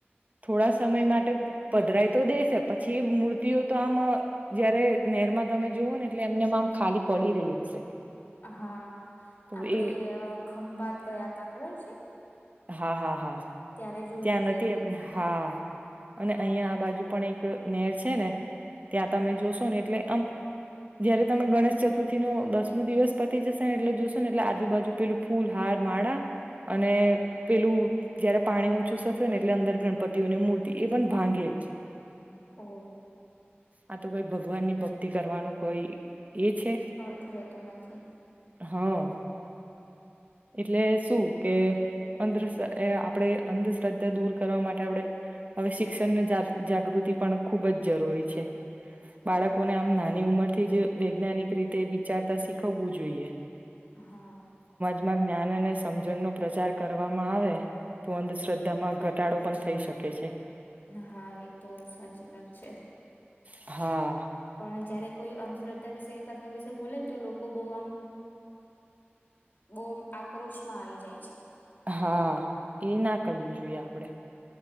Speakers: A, on the right (about 35°); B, on the left (about 50°).
A: થોડા સમય માટે પધરાય તો દેશે પછી મૂર્તિઓ તો આમ જયારે નેર માં તમે જોુઓ ને એટલે એમનેમાંમ ખાલી પડી રહી હશે
B: હા
A: તો
B: આપડે
A: એ
B: ખંભાત ગયા ત ખબર છે
A: હા હા હા
B: ત્યારે જોઈ
A: ત્યાં
B: તી
A: નથી આપણે હા અને
B: હા
A: અહિયાં આ બાજુ પણ એક નેર છે ને ત્યાં તમે જોશો ને એટલે આમ જયારે તમે ગણેશ ચતુર્થી નો દસમો દિવસ પતી જશે ને એટલે જોશો ને એટલે આજુબાજુ પેલું ફૂલ હાર માળા અને પેલું જયારે પાણી છુસા થાય ને એટલે અંદર ગણપતિઓની મૂર્તિ એ પણ ભાંગેલી
B: હમ
A: આ તો કોઈ ભગવાનની ભક્તિ કરવાનું કોઈ એ છે
B: અર્થ રહેેતો નથી
A: હા એટલે શું કે અંધ આપણે અંધશ્રદ્ધા દૂર કરવા માટે આપણે હવે શિક્ષણને જાગૃતિ પણ ખુબ જ જરૂરી છે બાળકોને આમ નાની ઉંમરથી જ વૈજ્ઞાનિક રીતે વિચારતા શીખવવું જોઈએ
B: હા
A: માં જ્ઞાન અને સમજણનોો પ્રચાર કરવામાં આવે તો અંધશ્રદ્ધામાં ઘટાડો પણ થઈ શકે છે
B: હા એ તો સાચી વાત છે
A: હા
B: પણ જયારે કોઈ અંધશ્રદ્ધા વિશે ક વિશે બોલે ને તો લોકો બહુ આમ બહુ આમ આક્રોશમાં આવી જાય છે.
A: હા એ ના કરવું જોઈએ આપડે